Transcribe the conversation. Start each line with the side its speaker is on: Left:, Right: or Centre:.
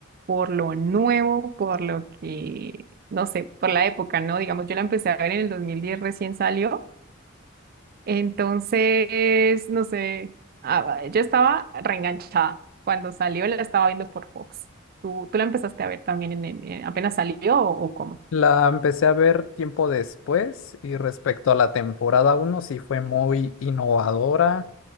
Right: por lo nuevo, por lo que, no sé, por la época, ¿no? Digamos, yo la empecé a ver en el 2010, recién salió. Entonces, no sé, ah, yo estaba reenganchada. Cuando salió la estaba viendo por Fox. ¿Tú, tú la empezaste a ver también en, el- en- apenas salió o o cómo?
Left: La empecé a ver tiempo después y respecto a la temporada uno sí fue muy innovadora